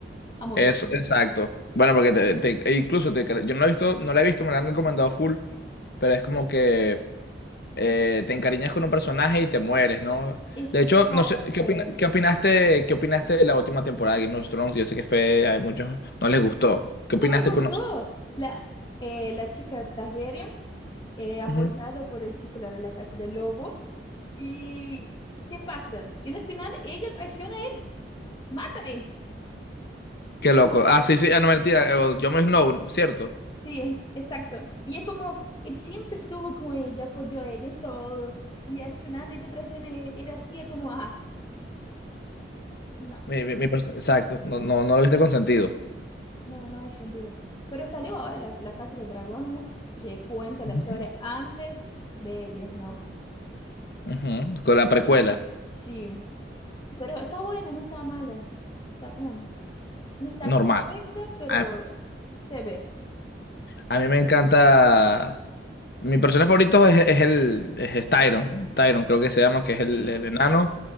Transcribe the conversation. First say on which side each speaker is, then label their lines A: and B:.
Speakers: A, on the left (about 25°); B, on the left (about 55°).
A: Amo
B: eso,
A: Big Bang.
B: exacto. Bueno, porque te, te- e incluso te, cre- yo no lo he visto, no la he visto, me la han recomendado full, pero es como que eh, te encariñas con un personaje y te mueres, ¿no?
A: Exacto.
B: De hecho, no sé, ¿qué opina- qué opinaste, qué opinaste de la última temporada de Game of Thrones? Yo sé que fue, a muchos no les gustó. ¿Qué
A: No
B: opinaste
A: me gustó.
B: con nosotros?
A: La, eh, la chica Targaryen, eh, apoyada
B: Ujú.
A: por el chico la de la casa del lobo. ¿Y qué pasa? Y al final ella traiciona a él, mata a él.
B: Qué loco. Ah, sí, sí, ah, no, mentira, eh, Jon Snow, ¿cierto?
A: Sí, es- exacto. Y es como, él siempre estuvo con ella, apoyó a ella en todo. Y al final ella traiciona a él, Era así, es como, ah, no,
B: Mi- mi- mi pers- exacto, no, no, no lo viste consentido.
A: no, no hay sentido. Pero salió ahora la, la Casa del Dragón, ¿no? Que cuenta la
B: Ujú.
A: historia antes de ellos, ¿no?
B: Ujú, Con
A: Sí,
B: la precuela,
A: sí, pero está buena, no está mala. Está como, no está
B: normal.
A: perfecta, pero
B: A,
A: se ve.
B: a mí me encanta. Mi personaje favorito es, es el es Tyron. Tyron, creo que se llama, que es el,
A: Sí.
B: el enano.